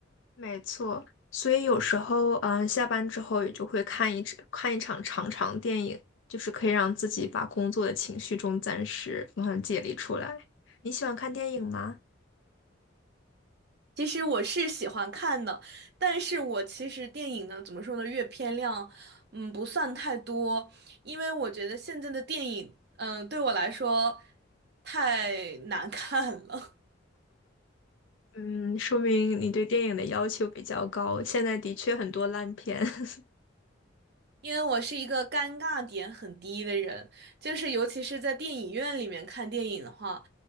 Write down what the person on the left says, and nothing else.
没错，所以有时候，嗯，下班之后也就会看一看一场长长电影，就是可以让自己把工作的情绪中暂时嗯解离出来。你喜欢看电影吗？
嗯，说明你对电影的要求比较高。现在的确很多烂片。<laughs>